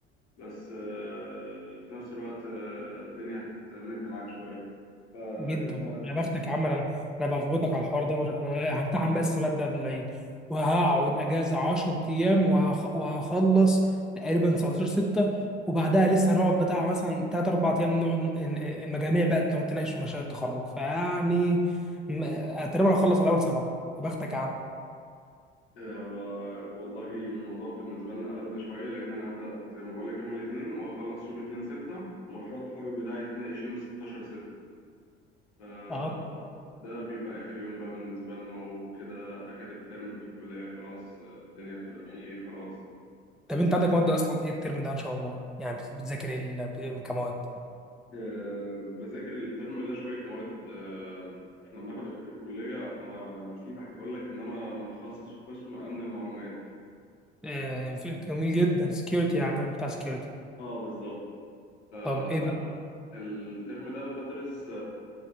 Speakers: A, on the left; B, in the centre.
A: بس آه، في نفس الوقت آه، الدنيا هتمد معاك شوية فأنت
B: جدا يا بختك يا عم انا انا بخبطك على الحوار ده انا همتحن بس ماده قبل العيد وهقعد اجازه 10 ايام وهخ- وهخلص تقريبا 19 6 وبعدها لسه هنقعد بتاع مثلا 3 4 ايام نقعد ن- ن- المجاميع بقى تقعد تناقش في مشاريع التخرج فيعني م- تقريبا هخلص على اول سبعه يا بختك يا عم
A: آه، و- والله الموضوع بالنسبة لنا ألذ شوية لأن أنا هبدأ زي ما بقولك يوم الاثنين وأخلص يوم اتنين ستة ومشروع التخرج بتاعي يتناقش يوم ستاشر ستة ف-
B: اه
A: ده بيبقى آخر يوم بقى بالنسبة لنا وكده آخر الترم في الكلية خلاص آه، الدنيا بتبقى فيه خلاص
B: طب انت عندك مواد اصلا ايه الترم ده ان شاء الله يعني بت- بتذاكر ايه ال- ب- كمواد
A: آه، بذاكر الترم ده شوية مواد آه، احنا بناخد في الكلية انا نسيت اقول لك ان انا متخصص في قسم امن المعلومات
B: آه، جميل جدا سكيورتي يعني الراجل بتاع سكيورتي
A: اه بالظبط آه،
B: طب ايه
A: الترم ده بدرس